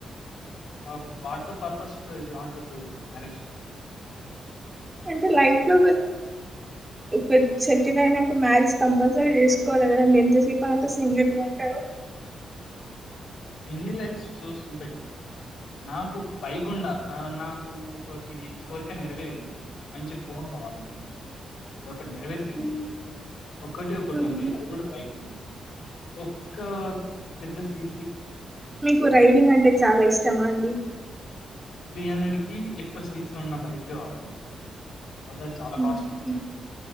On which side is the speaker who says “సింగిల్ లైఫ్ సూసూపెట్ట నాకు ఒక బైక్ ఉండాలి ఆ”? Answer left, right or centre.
Left